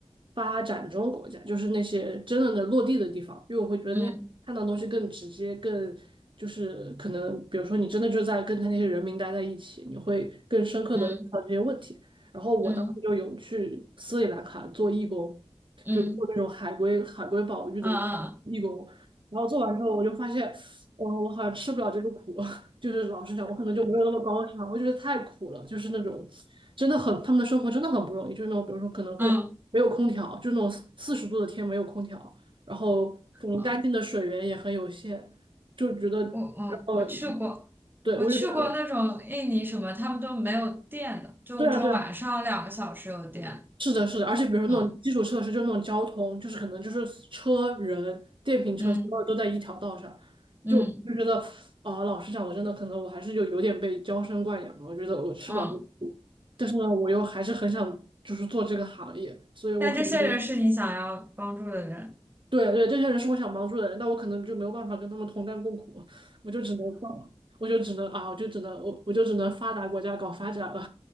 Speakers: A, on the right; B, on the right.
A: 发展中国家，就是那些真正的落地的地方，因为我会觉得那样看到东西更直接，
B: 嗯
A: 更就是可能，比如说你真的就在跟他那些人民待在一起，你会更深刻的遇到这些问题。
B: 嗯
A: 然后我当时就有去斯里兰卡做义工，
B: 嗯嗯
A: 就是做那种海龟海龟保育的义工。
B: 嗯嗯
A: 然后做完之后，我就发现，哦，我好像吃不了这个苦，<laughs> 就是老实讲，我可能就没有那么高尚，我觉得太苦了，就是那种真的很他们的生活真的很不容易，就是那种比如说可能会没有空调，
B: 嗯
A: 就是那种四十度的天没有空调，然后可能干净的水源也很有限，
B: 嗯，
A: 就觉得，
B: 我嗯我去过，
A: 然后对我就觉得。
B: 我去过那种印尼什么，他们都没有电的，就只有晚上两个小时有电。
A: 对啊，对啊，是的，是的，而且比如说那种基础设施，
B: 嗯
A: 就那种交通，就是可能就是车、人、电瓶车，
B: 嗯
A: 所有都在一条道上，
B: 嗯
A: 就就觉得啊、老实讲，我真的可能我还是有有点被娇生惯养了，我觉得我吃不了这个苦，
B: 嗯，
A: 但是呢，我又还是很想就是做这个行业，所以我可能就
B: 但这些人是你想要帮助的人。
A: 对对，这些人是我想帮助的人，但我可能就没有办法跟他们同甘共苦，我就只能放我就只能啊，我就只能我我就只能发达国家搞发展了，